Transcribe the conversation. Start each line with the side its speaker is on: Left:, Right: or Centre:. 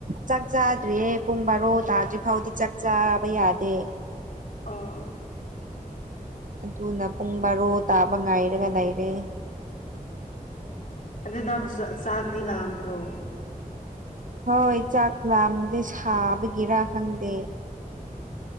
Right: ꯆꯥꯛ ꯆꯥꯗ꯭ꯔꯤꯌꯦ ꯄꯨꯡ ꯕꯥꯔꯣ ꯇꯥꯗ꯭ꯔꯤ ꯐꯥꯎꯗꯤ ꯆꯥꯛ ꯆꯥꯕ ꯌꯥꯗꯦ
Left: ꯑꯣ
Right: ꯑꯗꯨꯅ ꯄꯨꯡ ꯕꯥꯔꯣ ꯇꯥꯕ ꯉꯥꯏꯔꯒ ꯂꯩꯔꯦ
Left: ꯑꯁ ꯑꯗꯨ ꯅꯪ ꯆꯥꯛꯗꯤ ꯂꯥꯝꯗ꯭ꯔꯣ
Right: ꯍꯣꯏ ꯆꯥꯛ ꯂꯥꯝꯗꯦ ꯁꯥꯕꯒꯤꯔ ꯈꯪꯗꯦ